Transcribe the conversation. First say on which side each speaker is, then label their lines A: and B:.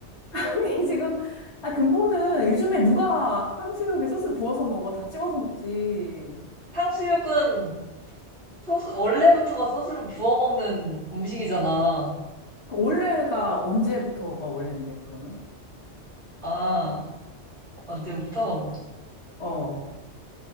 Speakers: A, on the left; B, on the right.
A: 아니, 지금, 아, 근본은 요즘에 누가 탕수육에 소스 부어서 먹어? 다 찍어서 먹지.
B: 탕수육은 소스, 원래부터가 소스를 부어 먹는 음식이잖아.
A: 그 원래가 언제부터가 원래인데, 그러면?
B: 아, 언제부터?
A: 어.